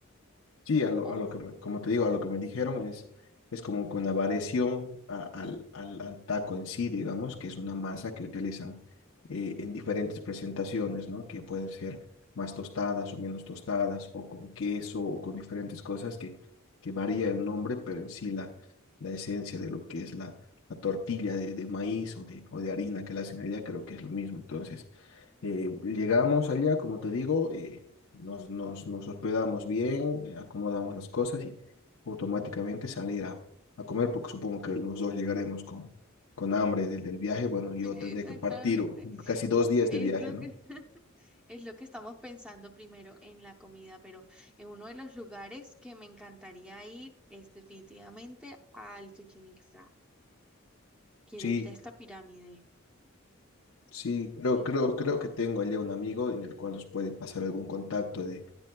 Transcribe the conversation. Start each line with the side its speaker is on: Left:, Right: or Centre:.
Left: Sí, a lo,
Centre: ¿o
Left: a lo
Centre: no?
Left: que, me- como te digo, a lo que me dijeron es, es como con la variación a- al, al, al taco en sí, digamos, que es una masa que utilizan eh, en diferentes presentaciones, ¿no? Que pueden ser más tostadas o menos tostadas, o con queso, o con diferentes cosas que, que varía el nombre, pero en sí la, la esencia de lo que es la, la tortilla de, de maíz o de, o de harina que la hacen allá, creo que es lo mismo. Entonces, eh, llegamos allá, como te digo, eh, nos, nos, nos hospedamos bien, eh, acomodamos las cosas y automáticamente salir a, a comer, porque supongo que los dos llegaremos con, con hambre del, del viaje. Bueno,
Centre: <laughs>
Left: yo
Centre: Exactamente,
Left: tendré que partir o- casi dos días
Centre: es
Left: de viaje,
Centre: lo
Left: ¿no?
Centre: que <laughs> Es lo que estamos pensando primero en la comida, pero en uno de los lugares que me encantaría ir es definitivamente al Chichén Itzá. Quiero
Left: Sí,
Centre: ir a esta pirámide.
Left: sí, creo,
Centre: Sí,
Left: creo, creo que tengo allá un amigo en el cual nos puede pasar algún contacto de